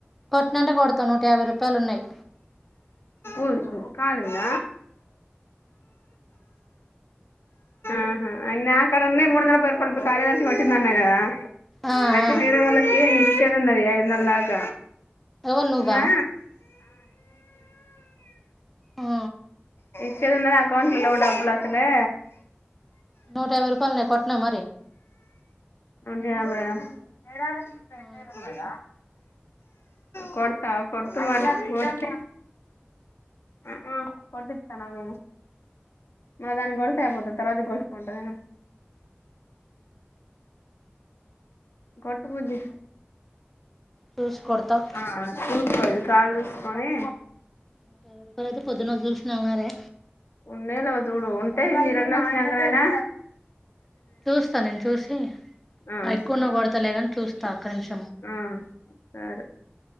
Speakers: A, in the centre; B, on the left.
A: కొట్టినంటే కొడతా నూట యాభై రూపాయలు ఉన్నాయి
B: ఉష్ కాలింద ఆహా నాకడ ఉన్నాయి మూడు వందల పది రూపాయలు, ఇప్పుడు కార్యదర్శి కొట్టింది అన్నా కదా.
A: ఆ
B: అట్టే
A: ఆ
B: వేరే వాళ్ళకి నేను ఇచ్చేది ఉన్నది ఐద్ వందల దాక
A: ఎవరు నువ్వా
B: ఇంగా
A: ఆ
B: <unintelligible> అకౌంట్లలో డబ్బులు అస్తలే
A: నూట యాభై రూపాయలున్నయి కోట్న మ
B: నూట యాభైయా ఎడ <unintelligible>
A: ఆ
B: కొడుతా కొట్టుమని కొట్టి అ ఆ కొట్టిత్తాను నేను మల దానికి కొడితే అయిపోతది తర్వాతకి గొటుకుంట నేను, కొట్టు బుజ్జి.
A: చూసి కొడతావు
B: ఆ సూస్కో కాల్ చూసుకొనే
A: నూట యాభై రూపాయలైతే పొద్దున జూసిన మరే
B: ఉండయో లేవో జూడు ఉంటే శినన్న వంచినంకనైనా,
A: చూస్తా నేను చూసి,
B: ఆ
A: ఎక్కువున్న
B: సరే
A: కొడుతలే గాని చూస్తా ఒక్క నిమిష్
B: ఆ సరే